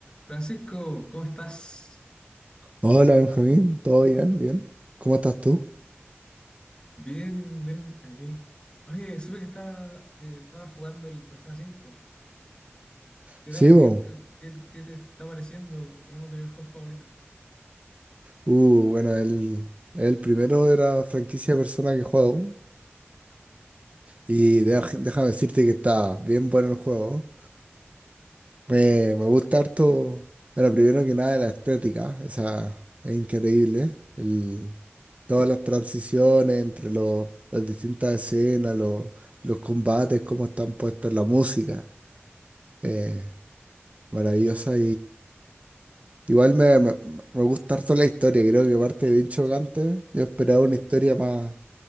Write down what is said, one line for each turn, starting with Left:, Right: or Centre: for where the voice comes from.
Left: Francisco, ¿cómo estás?
Right: Hola Benjamín, ¿todo bien? ¿Bien? ¿Cómo estás tú?
Left: Bien, bien, aquí. Oye, supe que estaba, que estaba jugando el Persona 5. ¿Qué
Right: Sí,
Left: tal? ¿Qué,
Right: bo.
Left: qué, qué- qué te está pareciendo? Es uno de mis juegos favoritos.
Right: Uh, bueno, el, el primero de la franquicia de Persona que juego. Y deja- déjame decirte que está bien bueno el juego. Me, me gusta harto. Bueno, primero que nada la estética, esa es increíble. El- todas las transiciones entre los, las distintas escenas, los, los combates, cómo están puestos, la música. eh, maravillosa Igual me, me, me gusta harto la historia, creo que parte bien chocante. Yo esperaba una historia más